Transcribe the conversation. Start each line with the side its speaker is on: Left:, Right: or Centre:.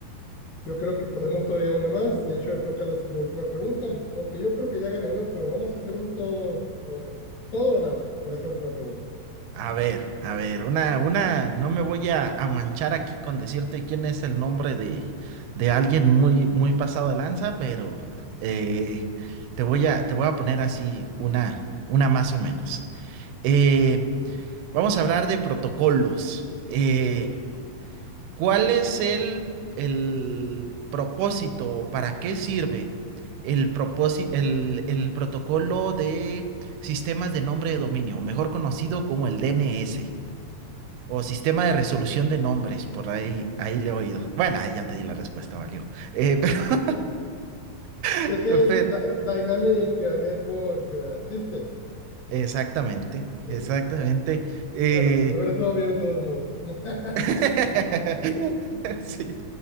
Left: yo creo que podemos todavía una más. De hecho, toca la, la última pregunta, aunque yo creo que ya gané, ¿no? Pero vamos a hacer un todo, eh, todo o nada con esa última pregunta.
Right: A ver, a ver, una, una, no me voy a, a manchar aquí con decirte quién es el nombre de, de alguien muy, muy pasado de lanza, pero eh, te voy a, te voy a poner así una, una más o menos. Eh, vamos a hablar de protocolos. Eh,
Left: A ver.
Right: ¿cuál es el, el propósito? o ¿Para qué sirve el propósi- el, el protocolo de sistemas de nombre de dominio, o mejor conocido como el DNS? O sistema de resolución de nombres, por ahí, ahí le he oído. Bueno, ahí ya te di la respuesta, valió. Eh, <laughs> pe-
Left: ¿De qué
Right: pe-
Left: es Dynamic eh, Network eh, System?
Right: exactamente,
Left: Sí.
Right: exactamente. Eh,
Left: Bueno, hubiera estado bien de todos modos. <laughs>
Right: <laughs> sí.